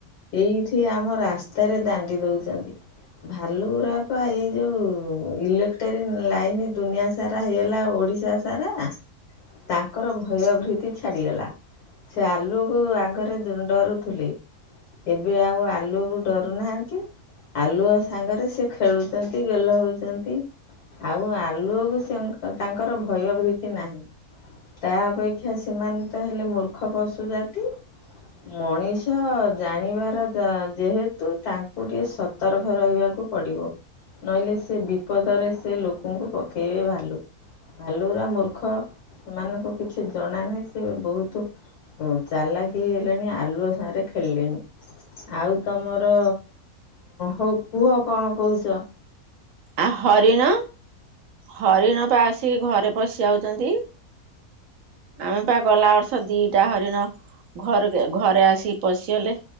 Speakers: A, on the left; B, on the right.
A: ଏଇଠି ଆମ ରାସ୍ତା ତାରେ ଦାଣ୍ଡି ଦଉଛନ୍ତି ଭାଲୁୁରାପା ଏଇ ଯୋଉଁ ଇଲେକ୍ଟ୍ରିକ ଲାଇନ ଦୁନିଆ ସାରା ହେଲା ଓଡିଶା ସାରା ତାଙ୍କର ଭୟଭୀତି ଛାଡିଗଲା ସେ ଆଲୁଅକୁ ଙ୍କରେ ଡରୁଥିଲେ ଏବେ ଆଉ ଆଲୁଅକୁ ଡରୁ ନାହାନ୍ତି ଆଲୁଅ ସାଙ୍ଗରେ ସେ ଖେଳୁଛନ୍ତି ଗେଲ ହଉଛନ୍ତି ଆଉ ଆଲୁଅକୁ ସେ ତାଙ୍କର ଭୟଭୀତି ନାହିଁ ତା ଅପେକ୍ଷା ସେମାନେ ତ ହେଲେ ମୂର୍ଖ ପଶୁ ଜାତି ମଣିଷ ଜାଣିବାର ଯେହେତୁ ତାଙ୍କୁ ଟିକେ ସତର୍କ ରହିବାକୁ ପଡିବ ନହେଲେ ସେ ବିପଦରେ ସେ ଲୋକଙ୍କୁ ପକେଇବେ ଭାଲୁ ଭାଲୁୁଗୁଡ଼ା ମୂର୍ଖ ସେମାନଙ୍କୁ କିଛି ଜଣା ନାହିଁ ସେ ବହୁତ ଚାଲାକ ହେଲେଣି ଆଲୁଅ ସାରେ ଖେଳିଲେଣି ଆଉ ତମର ହଉ କୁହ କଣ କହୁଛ?
B: ଆ ହରିଣ ହରିଣ ପା ଆସିି ଘରେ ପଶି ଯାଉଛନ୍ତି ଆମେ ପା ଗଲା ବର୍ଷ ଦିଟା ହରିଣ ଘରେ ଘରେ ଆସିିକି ପଶିଗଲେ